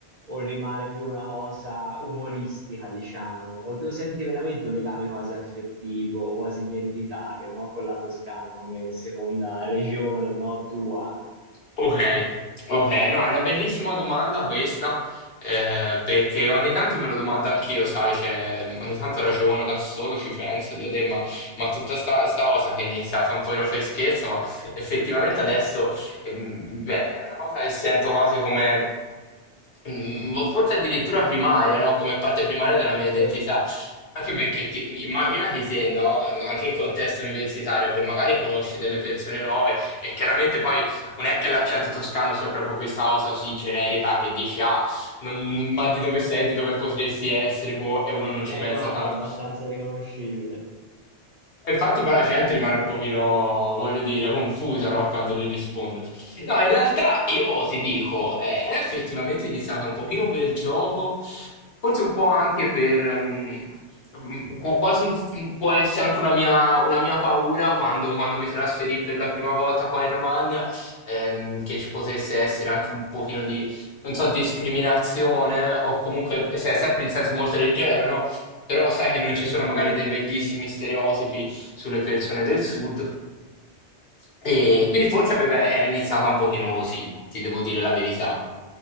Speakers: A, on the right; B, on the left.
A: o rimane più una cosa umoristica, diciamo, o te lo senti veramente un legame quasi affettivo, quasi identitario, no? Con la Toscana come seconda regione, no? Tua.
B: Ok, ok, no, è una bellissima domanda questa, eh, perché ogni tanto me lo domando anch'io, sai, cioè, ogni tanto ragiono da solo, ci penso, dico, "Deh, ma, ma tutta sta, sta cosa che è iniziata un po' in per scherzo, ma effettivamente adesso ehm, beh, è una cosa che sento quasi come, mm, boh, forse addirittura primaria, no? Come parte primaria della mia identità.
A: Certo.
B: Anche perché ti- immaginati se, no, anche in contesto universitario, che magari conosci delle persone nuove e chiaramente poi non è che l'accento toscano sia proprio questa cosa così generica che dici, ah, non- ma di dove sei, di dove potresti essere, boh, e uno non ci
A: Eh
B: pensa
A: no,
B: tanto.
A: no, è abbastanza riconoscibile.
B: E Infatti poi la gente rimane un pochino, voglio dire, confusa, no, quando gli rispondo. No, in realtà io ti dico, eh, era effettivamente iniziata un pochino per gioco, forse un po' anche per... mm, mm, qu- quasi mm, può essere anche una mia, una mia paura quando, quando mi trasferì per la prima volta qua in Romagna, ehm, che ci potesse essere anche un pochino di, non so, discriminazione o comunque, cioè, sempre in senso molto leggero, no? Però sai che non ci
A: Sì,
B: sono
A: sì,
B: magari
A: sì.
B: dei bellissimi stereotipi sulle persone del sud. E quindi forse aveva- era iniziata un pochino così, ti devo dire la verità.